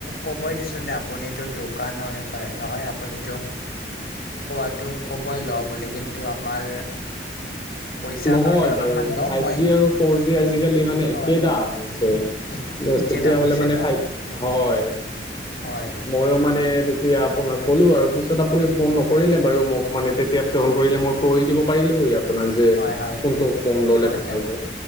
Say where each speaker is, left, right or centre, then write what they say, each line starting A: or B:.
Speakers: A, on the left; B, on the left.
A: কবই দিচোন দে আ। আপুনিতটো দোকানই হয়। নহয় আপুনিতো কোৱাটো ক'বই ল বুলি। কিন্তু, আমাৰ পইচাৰ
B: নহয়
A: কাৰণে অলপমান
B: বাৰু,
A: ল'ম
B: ফাইভ
A: মই
B: জি আৰু ফৰ জি আজিকালি মানে
A: হয়
B: একে দাম হৈছে।
A: একে
B: তেতিয়াাহ'লে
A: দাম হৈছে
B: মানে
A: ন
B: ফাই হয়
A: হয়
B: মইয়ো মানে তেতিয়া আপোনাক ক'লো আৰু পিছত আপুনি ফোন নকৰিলে বাৰু, মোক মানে তেতিয়া ফোন কৰিলে মই কৈ দিব পাৰিলো। আপোনাক। যে
A: হয়, হয়,
B: কোনটো ফোন ল'লে
A: মই
B: ভাল হ'ব